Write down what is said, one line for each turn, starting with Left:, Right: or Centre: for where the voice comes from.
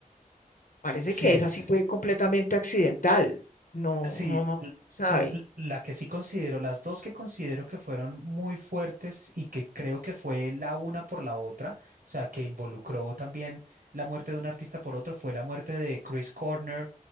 Left: parece
Right: Sí,
Left: que esa sí fue completamente accidental. No,
Right: sí,
Left: no, no,
Right: l-
Left: sabe.
Right: l- la que sí considero, las dos que considero que fueron muy fuertes y que creo que fue la una por la otra, o sea, que involucró también la muerte de un artista por otro, fue la muerte de Chris Cornell